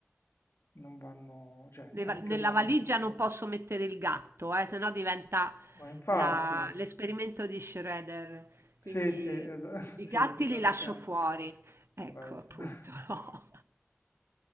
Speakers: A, on the left; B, on the right.
A: non vanno, cioè,
B: Le
A: è
B: va-
A: anche
B: nella
A: un momento.
B: valigia non posso mettere il gatto, eh, sennò diventa
A: Ma infatti...
B: la- l'esperimento di Schrödinger.
A: Sì,
B: Quindi
A: sì, esa <laughs> sì,
B: i gatti
A: sì, Toscana.
B: li lascio fuori. Ecco,
A: Bravissima.
B: appunto, no.